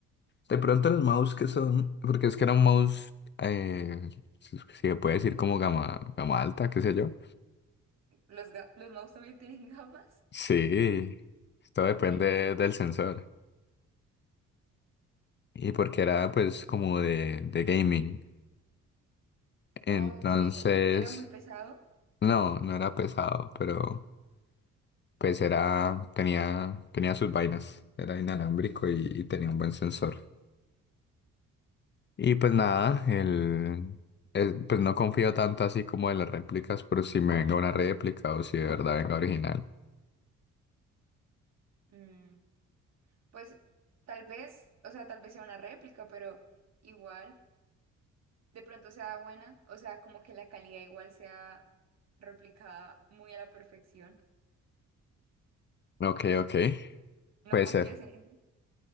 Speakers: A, on the left; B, on the right.
A: de pronto los mouse que son, porque es que era un mouse, eh, si si se puede decir como gama, gama alta, qué sé yo.
B: los, ga- los mouse también tienen <laughs> gamas.
A: Sí, esto
B: Increíble.
A: depende del sensor. y porque era pues como de, de gaming. Entonces,
B: Ok, era muy pesado.
A: no, no era pesado, pero pues era, tenía, tenía sus vainas, era inalámbrico y, y tenía un buen sensor. Y pues nada, el, el- pues no confío tanto así como de las réplicas, pero si me venga una réplica o si de verdad venga original.
B: Mm, Pues tal vez, o sea, tal vez sea una réplica, pero igual de pronto sea buena, o sea, como que la calidad igual sea replicada muy a la perfección.
A: Ok, ok,
B: No
A: puede
B: confíes
A: ser.
B: en eso.